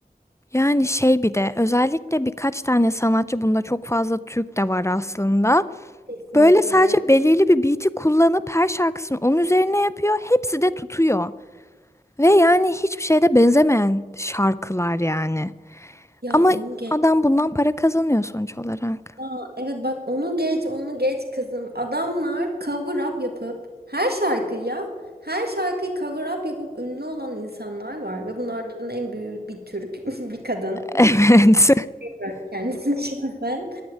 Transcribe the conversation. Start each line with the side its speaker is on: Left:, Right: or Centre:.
Left: Yani şey bir de özellikle birkaç tane sanatçı bunda çok fazla Türk de var aslında.
Right: Kesinlikle.
Left: Böyle sadece belirli bir beat'i kullanıp her şarkısını onun üzerine yapıyor. Hepsi de tutuyor. Ve yani hiçbir şeyde benzemeyen şarkılar yani.
Right: Ya
Left: Ama
Right: onu
Left: adam bundan para kazanıyor sonuç olarak.
Right: Ya evet bak onu geç onu geç kızım. Adamlar cover up yapıp her şarkıyı ya her şarkıyı cover up yapıp ünlü olan insanlar var ve bunlardan en büyüğü bir Türk <laughs> bir kadın
Left: <laughs> Evet.
Right: Evet. kendisi şahsen. <laughs>